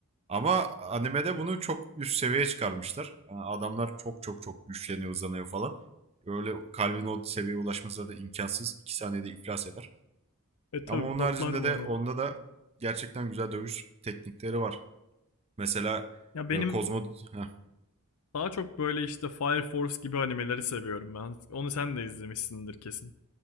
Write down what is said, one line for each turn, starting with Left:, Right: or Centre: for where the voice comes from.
Right: Ama animede bunu çok üst seviyeye çıkarmışlar. Yani adamlar çok çok çok güçleniyor, uzanıyor falan. Öyle kalbin o seviyeye ulaşması da imkansız. 2 saniyede iflas eder.
Left: E tabi
Right: Ama onun
Left: patlar
Right: haricinde
Left: bu
Right: de
Left: arada.
Right: onda da gerçekten güzel dövüş teknikleri var. Mesela
Left: Ya benim
Right: e, Kozmo... Heh,
Left: daha çok böyle işte Fire Force gibi animeleri seviyorum ben. Onu sen de izlemişsindir kesin.